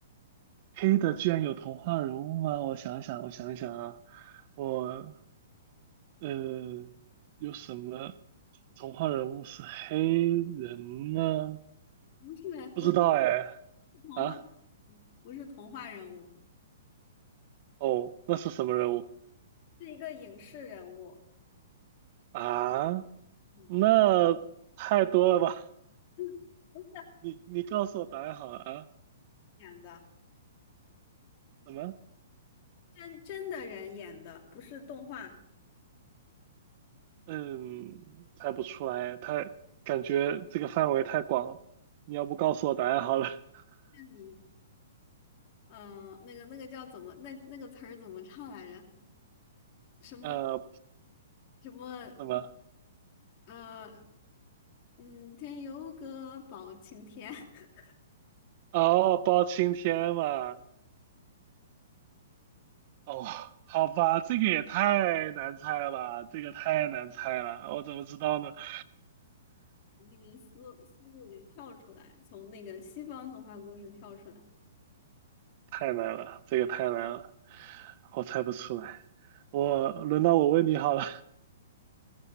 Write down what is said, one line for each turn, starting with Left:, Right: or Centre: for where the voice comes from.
Right: 黑的居然有童话人物吗？我想想，我想想啊，我呃，有什么童话人物是黑人呢？
Left: 不是不是
Right: 不知道哎，
Left: 童话，
Right: 啊，
Left: 不是童话人物，
Right: 哦，那是什么人物
Left: 是一个影视人物。
Right: 啊？
Left: 嗯，
Right: 那太多了吧？<laughs>
Left: 嗯，不是。
Right: 你你告诉我答案好了啊？
Left: 演的，
Right: 什么？
Left: 真真的人演的，不是动画。
Right: 嗯，猜不出来，太感觉这个范围太广了。你要不告诉我答案好了？<laughs>
Left: 那你，嗯、那个那个叫怎么，那那个词儿怎么唱来着？什么
Right: 呃，
Left: 什么，
Right: 什么？
Left: 呃，嗯，天有个包青天，<laughs>
Right: 哦，包青天嘛。哦，好吧，这个也太难猜了吧，这个太难猜了，我怎么知道呢？<laughs>
Left: 那个思思路给跳出来，从那个西方童话故事跳出来。
Right: 太难了，这个太难了，我猜不出来。我轮到我问你好了，